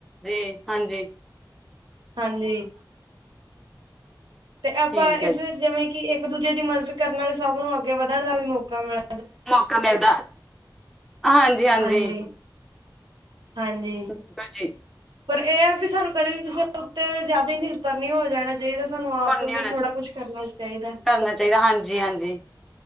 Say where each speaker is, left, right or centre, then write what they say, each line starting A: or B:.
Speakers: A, in the centre; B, on the right (about 80°).
A: ਜੀ ਹਾਂਜੀ।
B: ਹਾਂਜੀ। ਤੇ ਆਪਾਂ
A: ਠੀਕ ਹੈ
B: ਇਸ
A: ਜੀ
B: ਵਿੱਚ ਜਿਵੇਂ ਕਿ ਇੱਕ ਦੂਜੇ ਦੀ ਮਦਦ ਕਰਨ ਨਾਲ ਸਭ ਨੂੰ ਅੱਗੇ ਵਧਣ ਦਾ ਵੀ ਮੌਕਾ ਮਿਲੇ।
A: ਮੌਕਾ ਮਿਲਦਾ, ਅ ਹਾਂਜੀ-ਹਾਂਜੀ।
B: ਹਾਂਜੀ ਹਾਂਜੀ।
A: ਬਿਲਕੁਲ ਜੀ
B: ਪਰ ਇਹ ਹੈ ਵੀ ਸਾਨੂੰ ਕਦੇ ਵੀ ਕਿਸੇ ਉੱਤੇ ਜ਼ਿਆਦਾ ਹੀ ਨਿਰਭਰ ਨਹੀਂ ਹੋ ਜਾਣਾ। ਚਾਹੀਦਾ, ਸਾਨੂੰ ਆਪ
A: ਪੁੰਨ
B: ਵੀ
A: ਹੋਣਾ
B: ਥੋੜਾ
A: ਚ-
B: ਕੁਛ ਕਰਨਾ ਚਾਹੀਦਾ।
A: ਕਰਨਾ ਚਾਹੀਦਾ ਹਾਂਜੀ ਹਾਂਜੀ